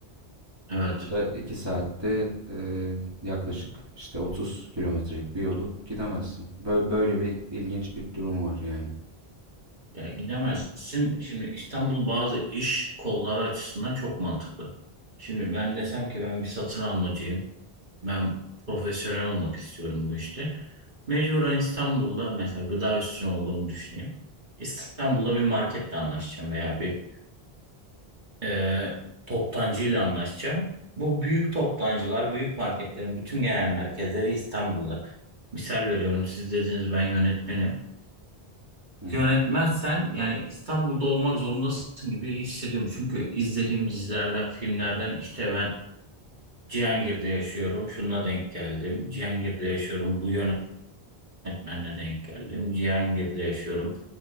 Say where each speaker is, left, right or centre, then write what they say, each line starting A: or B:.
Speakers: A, on the right (about 50°); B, on the right (about 25°).
A: evet.
B: Burada 2 saatte e, yaklaşık işte 30 kilometrelik bir yolu gidemezsin. Böyle, böyle bir ilginç bir durum var yani.
A: Ya gidemezsin. Şimdi İstanbul bazı iş kolları açısından çok mantıklı. Şimdi ben desem ki ben bir satın almacıyım. Ben profesyonel olmak istiyorum bu işte. Mecburen İstanbul'da mesela gıda üstüne olduğumu düşüneyim. İstanbul'da bir marketle anlaşacağım veya bir e, toptancıyla anlaşacağım. Bu büyük toptancılar, büyük marketlerin bütün genel merkezleri İstanbul'da. Misal veriyorum, siz dediniz ben yönetmenim.
B: Hı hı.
A: Yönetmezsen yani İstanbul'da olmak zorundasın gibi hissediyorum. Çünkü izlediğim dizilerden, filmlerden işte ben Cihangir'de yaşıyorum, şununla denk geldim. Cihangir'de yaşıyorum, bu yönetmenle denk geldim. Cihangir'de yaşıyorum.